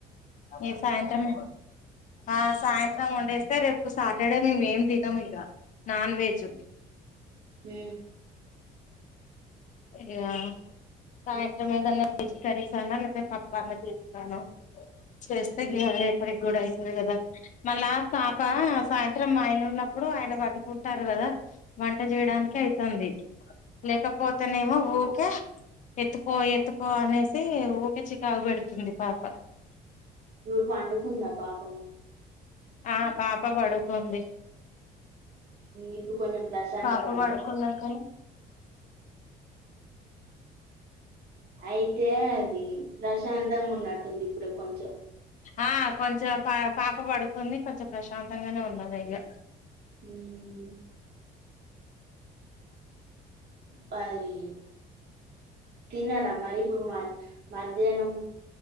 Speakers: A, on the left; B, on the right.
A: ఏ సాయంత్రం ఆ సాయంత్రం వండేస్తే రేపు సాటర్డే మేము ఏం తినము ఇక నాన్ వెెజ్
B: ఉ
A: ఇగ సాయంత్రమేదన్న వెజ్ కర్రీ కానా లేదా పప్పన్న చేస్తే
B: ఉమ్.
A: రేపటికి కూడా అ కదా మళ్ళా పాప సాయంత్రం ఆయన ఉన్నప్పుడు ఆయన పట్టుకుంటారు కదా వంట చేయడానికి అయితుంది లేకపోతేనేమో ఊరికే ఎత్తుకో ఎత్తుకో అనేసి ఊకే చికాగుబెడుతుంది పాప
B: ఇప్పుడు పండుకుందా పాపము
A: ఆ పాప పడుకుంది
B: ఇలు కొంచెం ప్రశాంతంగా
A: పాప
B: ఉందా
A: పడుకున్నాంకనే
B: అయితే అది ప్రశాంతంగా ఉన్నట్టుంది ఇప్పుడు కొంచెం
A: ఆ కొంచెం పా పాప పడుకుంది కొంచెం ప్రశాంతంగానే ఉండాలే ఇగ
B: ఉమ్ పని తిన్నారా మరి ఇప్పుడు మ మధ్యాహ్నం